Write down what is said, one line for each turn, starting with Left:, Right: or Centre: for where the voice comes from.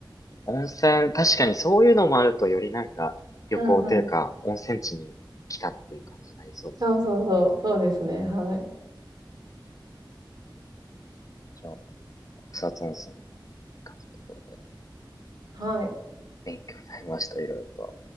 Left: 温泉、確かにそういうのもあるとよりなんか旅行というか温泉地に来たっていう感じになりそうです。
Right: うんうん。そうそうそう。そうですね。はい。
Left: じゃあ、草津温泉の感じのところで
Right: はい。
Left: 勉強になりました、いろいろと。